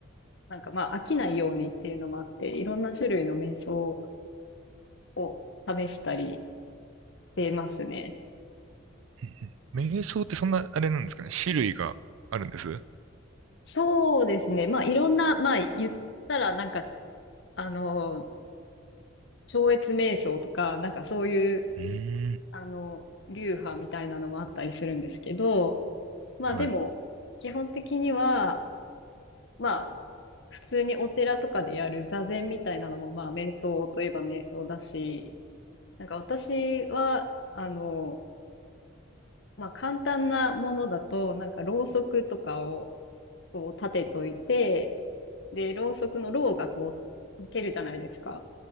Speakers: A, on the left; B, on the right.
A: なんかまあ飽きないようにっていうのもあって、いろんな種類の瞑想を試したりしてますね。
B: うんうん。瞑想ってそんな、あれなんですかね、種類があるんですう
A: そうですね。まあいろんな、まあ言ったらなんか、あの、超越瞑想とか、なんかそういう、
B: ーん、
A: あの、流派みたいなのもあったりするんですけど、まあでも、
B: はいはい。
A: 基本的には、まあ普通にお寺とかでやる座禅みたいなのもまあ瞑想といえば瞑想だし、なんか私は、あの、まあ簡単なものだと、なんかろうそくとかをこう立てといて、で、ろうそくのろうがこう溶けるじゃないですか。